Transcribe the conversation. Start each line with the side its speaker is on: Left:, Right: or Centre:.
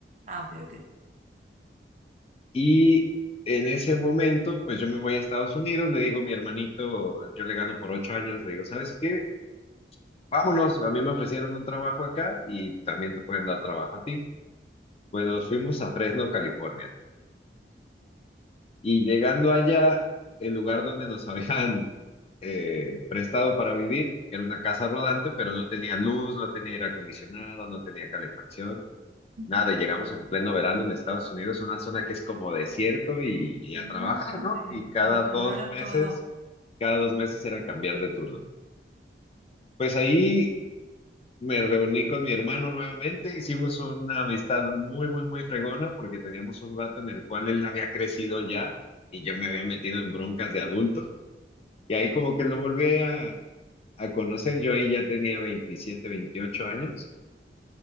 Right: Ah, ok, ok.
Left: Y en ese momento, pues yo me voy a Estados Unidos, le digo a mi hermanito, yo le gano por ocho años, le digo, ¿sabes qué? Vámonos, a mí me ofrecieron un trabajo acá y también te pueden dar trabajo a ti. Pues nos fuimos a Fresno, California. Y llegando allá, el lugar donde nos <laughs> habían eh, prestado para vivir era una casa rodante, pero no tenía luz, no tenía aire acondicionado, no tenía calefacción.
Right: Ujú.
Left: Nada, y llegamos en pleno verano en Estados Unidos, una zona que es como desierto y, y
Right: Híjole,
Left: a trabajar, ¿no? Y cada
Right: el calor
Left: dos
Right: a
Left: meses,
Right: todo.
Left: cada dos meses era cambiar de turno. Pues ahí me reuní con mi hermano nuevamente, hicimos una amistad muy, muy, muy fregona porque teníamos un rato en el cual él había crecido ya y yo me había metido en broncas de adulto. Y ahí como que lo volví a, a conocer, yo ahí ya tenía 27, 28 años